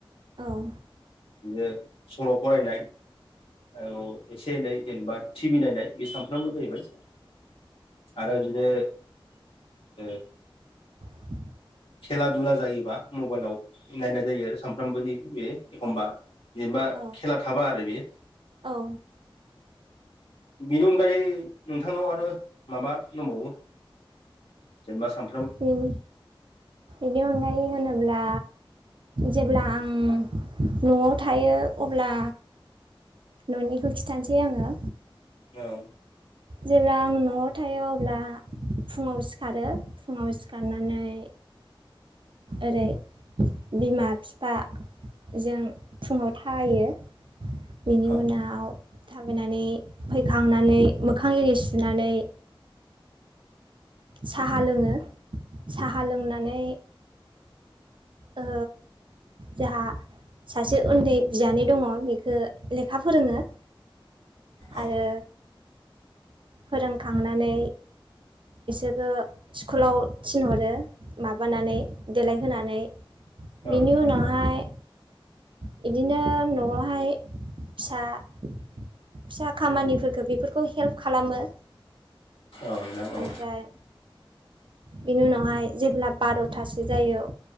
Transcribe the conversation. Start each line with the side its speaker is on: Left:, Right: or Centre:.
Right: औ।
Left: बिनो सल' फरायनाय। औ एसे एनै जेनेबा टिभि नायनाय बे सानफ्रामबो जाहैबाय। आरो बिदिनो ए
Right: <inaudible>
Left: खेला दुला जायोबा मबाइलाव नायनाय जायो आरो सानफ्रामबोनि बे एखमबा। जेनेबा
Right: औ
Left: खेला थाबा आरो बे।
Right: औ।
Left: बेनि अनगायै नोंथांनाव आरो माबा दंबावो। जेनबा साम
Right: बिन बिनि अनगायै होनोब्ला। जेब्ला आं न'आव थायो अब्ला। न'निखौ खिथानोसै आंङो।
Left: औ।
Right: जेब्ला आं न'आव थायो अब्ला। फुङाव सिखारो फुङाव सिखारनानै। ओरै बिमा बिफा। जों फुङाव थाबायो। बेनि
Left: औ
Right: उनाव थाबायनानै फैखांनानै। मोखां एरि सुनानै। साहा लोंङो साहा लोंनानै। ओ। जोंहा सासे उन्दै बियानै दङ बेखौ लेखा फोरोंङो।
Left: औ
Right: आरो। फोरोंखांनानै बिसोरखौ स्कुलाव थिनहरो माबानानै देलायहोनानै
Left: औ
Right: बेनि
Left: नोंथां
Right: उनावहाय।
Left: औ
Right: बिदिनो न'आवहाय फिसा। फिसा खामानिफोरखौ बेफोरखौ हेल्प खालामो।
Left: औ नोंथां
Right: ओमफ्राय
Left: औ
Right: बेनि उनावहाय जेब्ला बार'थासो जायो।